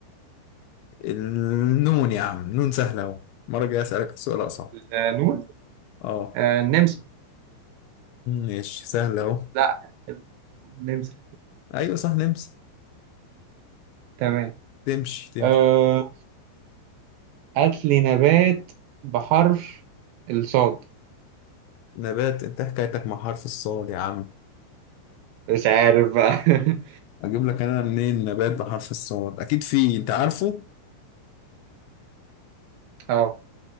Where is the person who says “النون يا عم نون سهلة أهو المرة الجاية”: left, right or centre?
Left